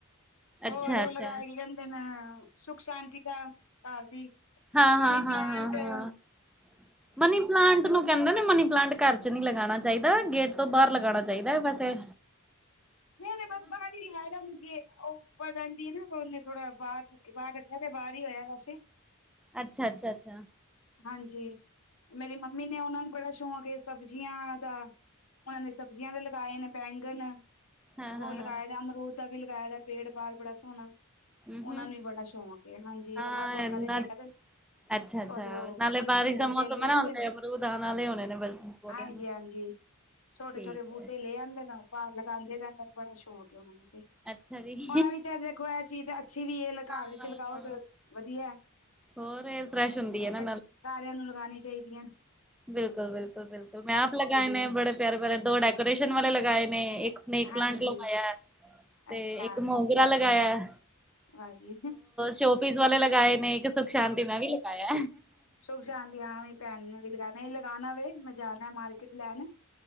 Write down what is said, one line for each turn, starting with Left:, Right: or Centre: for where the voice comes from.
Centre: ਅੱਛਾ
Left: ਹੋਰ ਉਹ
Centre: ਅੱਛਾ
Left: ਲਗਾਏ ਕੇ ਕਹਿੰਦੇ ਨੇ, ਸੁਖ- ਸ਼ਾਂਤੀ ਦਾ ਘਰ ਦੀ।
Centre: ਹਾਂ- ਹਾਂ-
Left: ਮਨੀ
Centre: ਹਾਂ
Left: ਪਲਾਂਟ
Centre: -ਹਾਂ- ਹਾਂ ਮਨੀ ਪਲਾਂਟ ਨੂੰ ਕਹਿੰਦੇ ਨੇ ਮਨੀ ਪਲਾਂਟ ਕਰ। ਨਹੀਂ ਲਗਾਉਣਾ ਚਾਹੀਦਾ ਗੇਟ ਤੋਂ ਬਾਹਰ ਲਗਾਉਣਾ ਚਾਹੀਦਾ ਵੈਸੇ।
Left: ਨਹੀ- ਨਹੀ, ਬਸ ਬਾਹਰ ਹੀ ਲਖਾਇਆ ਮੁਝੇ। ਉਹ ਉੱਪਰ ਰਹਿੰਦੀ ਨਾ ਉਹਨੇ ਥੋੜਾ ਬਾਹਰ ਬਾਹਰ ਰੱਖਿਆ ਤੇ ਬਾਰ ਹੀ ਹੋਇਆ ਵਾਸੇ।
Centre: ਅੱਛਾ- ਅੱਛਾ -ਅੱਛਾ।
Left: ਹਾਂਜੀ। ਮੇਰੀ ਮੰਮੀ ਨੇ ਨੇ ਉਹਨਾਂ ਨੂੰ ਬੜਾ ਸ਼ੌਂਕ ਏ ਸਬਜ਼ੀਆਂ ਦਾ, ਉਹਨਾਂ ਨੇ ਸਬਜ਼ੀਆਂ ਦੇ ਲਗਾਏ ਨੇ ਬੈਗਣ
Centre: ਹਾਂ
Left: ਉਹ
Centre: ਹਾਂ
Left: ਲਗਾਏ
Centre: ਹਾਂ
Left: ਦਾ ਅਮਰੂਦ ਦਾ ਵੀ ਲਗਾਏ ਦਾ ਪੇੜ ਬਾਰ ਬੜਾ ਸੋਹਣਾ।
Centre: ਹਮ
Left: ਉਹਨਾ
Centre: ਹਮ
Left: ਨੂੰ ਵੀ ਬੜਾ ਸ਼ੌਕ ਹਾਂਜੀ।
Centre: ਹਾਂ
Left: ਉਹ ਲੋਕਾਂ
Centre: ਨਾ
Left: ਦੇ ਵੇਖਦੇ‌‌
Centre: ਅੱਛਾ ਅੱਛਾ
Left: ਉਓਧਰੋਂ
Centre: ਨਾਲੇ
Left: ਛੋਟੇ-
Centre: ਬਾਰਿਸ਼
Left: ਛੋਟੇ ਬੂਟੇ
Centre: ਦਾ ਮੌਸਮ
Left: ਲੈ
Centre: ਹੈ ਨਾ
Left: ਆਦੇ
Centre: ਹੁਣ
Left: ਨੇ,
Centre: ਤੇ ਅਮਰੂਦ ਆਣ ਵਾਲੇ ਹੋਣੇ ਨੇ ਪੌਦਿਆਂ
Left: ਹਾਂਜੀ-
Centre: ਨੂੰ
Left: ਹਾਂਜੀ। ਛੋਟੇ-
Centre: ਠੀਕ
Left: ਛੋਟੇ ਬੂਟੇ
Centre: ਹੈ
Left: ਲੈ ਜਾਂਦੇ ਨੇ, ਉਹ ਭਾਰ ਲਗਾਉਦੇ ਰਹਿੰਦੇ ਨੇ, ਬੜਾ ਸ਼ੌਕ ਉਹ ਨੂੰ ਤੇ।
Centre: ਅੱਛਾ ਜੀ।
Left: ਹੁਣ ਵੀ ਚਾਹ ਦੇਖੋ, ਇਹ ਚੀਜ਼ ਤਾਂ ਅੱਛੀ ਵੀ ਹੈ, ਲ
Centre: ਹਾਂ
Left: ਘਰ ਦੇ ਚ' ਲਗਾਓ ਤੇ ਵਧੀਆ।
Centre: ਹੋਰ ਏਅਰ ਫਰੈਸ਼ ਹੁੰਦੀ ਹੈ
Left: ਅੱਛਾ।
Centre: ਨਾ
Left: ਸਾਰਿਆਂ ਨੂੰ ਲਗਣੀ ਚਾਹੀਦੀਆਂ।
Centre: ਬਿਲਕੁਲ-ਬਿਲਕੁਲ-ਬਿਲਕੁਲ, ਮੈਂ ਆਪ ਲਗਾਏ ਨੇ, ਬੜੇ ਪਿਆਰੇ ਪਿਆ ਦੋ ਡੈਕੋਰੇਸ਼ਨ ਵਾਲੇ ਲਗਾਏ ਨੇ ਇੱਕ ਸਨੇਕ
Left: ਹਾਂਜੀ
Centre: ਪਲਾਂਟ ਲਵਾਇਆ, ਤੇ
Left: ਅੱਛਾ
Centre: ਇੱਕ ਮੋਗਰਾ ਲਗਾਇਆ।
Left: ਵਾਹ ਜੀ
Centre: ਸ਼ੋਪੀਸ ਵਾਲੇ ਲਗਾਏ, ਨੇ ਇੱਕ ਸੁਖ- ਸ਼ਾਂਤੀ ਮੈਂ ਵੀ ਲਗਾਇਆ।
Left: ਖਸ਼ ਆਂਦੀ ਹਾਂ ਵੀ ਭੈਣ ਨੇ ਵੀ ਲਗਾਣਾ ਲਗਾਉਣਾ ਵੇ, ਮੈਂ ਜਾਣਾ ਮਾਰਕੀਟ ਲੈਣ।